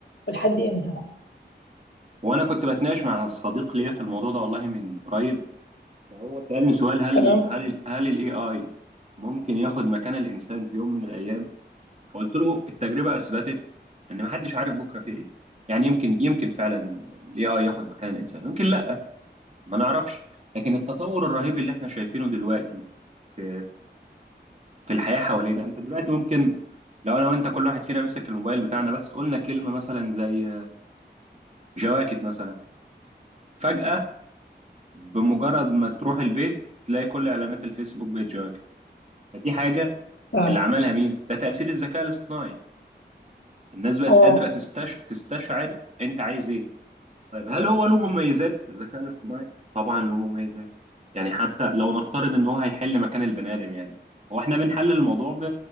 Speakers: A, on the left (about 80°); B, on the right (about 40°).
A: ولحد امتى
B: وانا كنت بتناقش مع صديق ليا في الموضوع ده والله من قريب فهو سألني سؤال هل
A: تمام
B: هل هل الاي اي ممكن ياخد مكان الانسان في يوم من الايام فقلت له التجربة اثبتت ان محدش عارف بكرة في ايه يعني يمكن يمكن فعلا الاي اي ياخد مكان الانسان يمكن لا ما نعرفش لكن التطور الرهيب اللي احنا شايفينه دلوقتي في في الحياة حوالينا انت دلوقتي ممكن لو انا وانت كل واحد فينا مسك الموبايل بتاعنا بس قلنا كلمة مثلا زي جواكت مثلا فجأة بمجرد ما تروح البيت تلاقي كل اعلانات الفيسبوك بقت جواكت فدي حاجة
A: فعلا
B: اللي عملها مين ده تأثير الذكاء الاصطناعي الناس بقت
A: اه
B: قادرة تستش... تستشعر انت عايز ايه طيب هل هو له مميزات الذكاء الاصطناعي؟ طبعا له مميزات يعني حتى لو نفترض ان هو هيحل مكان البني ادم يعني هو احنا بنحلل الموضوع ب...